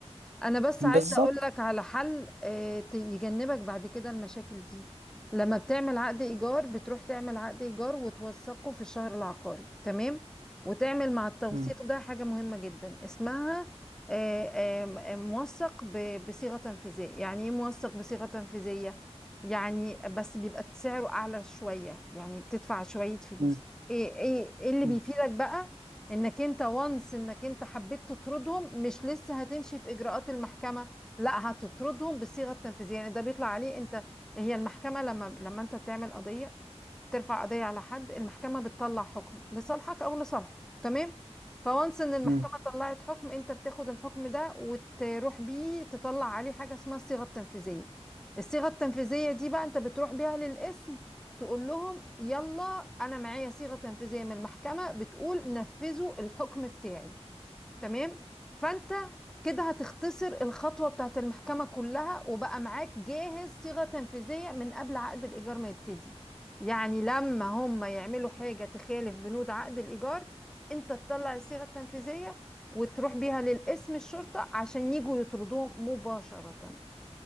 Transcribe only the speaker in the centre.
انا بس
عايزه اقول لك على حل آه، ت- يجنبك بعد كده المشاكل دي لما بتعمل عقد ايجار بتروح تعمل عقد ايجار وتوثقه في الشهر العقاري تمام وتعمل مع التوثيق
ده حاجه مهمه جدا اسمها آه، آه، موثق ب- بصيغه تنفيذيه يعني ايه موثق بصيغه تنفيذيه يعني بس بيبقى سعره اعلى شويه يعني بتدفع شويه فلوس
ايه ايه إيه اللي
بيفيدك بقى انك انت وانس انك انت حبيت تطردهم مش لسه هتمشي في اجراءات المحكمة لا هتطردهم بالصيغة التنفيذية يعني ده بيطلع عليه انت هي المحكمة لما لما انت بتعمل قضية ترفع قضية على حد المحكمة بتطلع حكم لصالحك أو لصالحه تمام فوانس إن المحكمة
طلعت حكم أنت بتاخد الحكم ده وتروح بيه تطلع عليه حاجة اسمها الصيغة التنفيذية الصيغة التنفيذية دي بقى أنت بتروح بيها للقسم تقول لهم يلا أنا معايا صيغة تنفيذية من المحكمة بتقول نفذوا الحكم بتاعي تمام فانت كده هتختصر الخطوة بتاعت المحكمة كلها وبقى معاك جاهز صيغة تنفيذية من قبل عقد الإيجار ما يبتدي يعني لما هم يعملوا حاجة تخالف بنود عقد الإيجار انت تطلع الصيغة التنفيذية وتروح بيها للقسم الشرطة عشان يجوا يطردوهم مباشرة